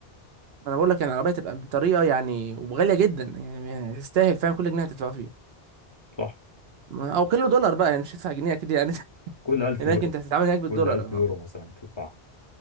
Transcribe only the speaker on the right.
ما انا بقول لك يعني العربيه تبقى بطريقه يعني وغاليه جدا يعني يعني تستاهل فاهم كل جنيه هتدفع فيها
ما- او كيلو دولار بقى يعني مش هتدفع جنيه اكيد يعني <laughs>
هناك
انت هتتعامل هناك بالدولار
اه